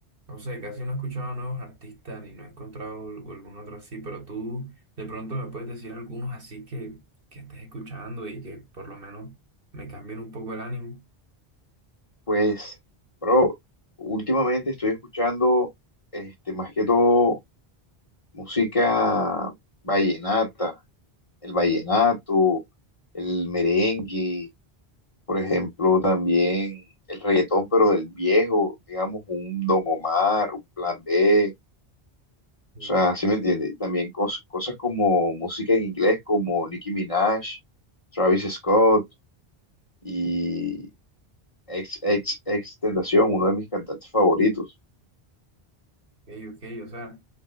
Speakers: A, on the right (about 60°); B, on the left (about 30°).
A: no sé, casi no he escuchado nuevos artistas ni no he encontrado al- algún otro así, pero tú de pronto me puedes decir algunos así que, que estés escuchando y que por lo menos me cambien un poco el ánimo.
B: Pues, bro, últimamente estoy escuchando, este, más que todo, música vallenata, el vallenato, el merengue, por ejemplo, también el reggaetón, pero del viejo, digamos, un Don Omar, un Plan B.
A: Mm,
B: O sea, ¿sí me entiende? También cos- cosas como música en inglés, como Nicki Minaj, Travis Scott, y ex, ex, ex Tentación, uno de mis cantantes favoritos.
A: Ok, ok, o sea.